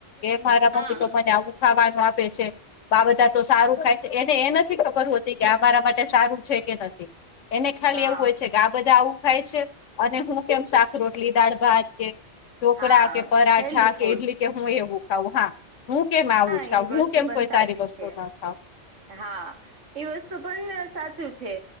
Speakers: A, on the left; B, on the right.
A: એ મારા
B: હા
A: મમ્મી તો મને આવું ખાવાનું આપે છે. બાબધા તો સારું થાય છે એને એ નથી ખબર હોતી કે અમારા માટે સારું છે કે નથી. એને ખાલી
B: હા
A: એવું હોય છે કે. બધા આવું ખાય છે અને હું કેમ શાક રોટલી દાળ ભાત કે. ઢોકળા
B: હા
A: કે પરાઠા
B: હેલ્ધી
A: કે
B: ફૂડ
A: ઇટલી કે હું એવું. ખાઉ હા હું કેમ આવુંજ
B: હા
A: ખાઉ
B: એ
A: હું
B: વસ્તુ
A: કેમ
B: પણ
A: કોઈ
B: સાચી
A: સારી વસ્તુ
B: છે
A: ના ખાવું.
B: હા એ વસ્તુ પણ સાચું છે.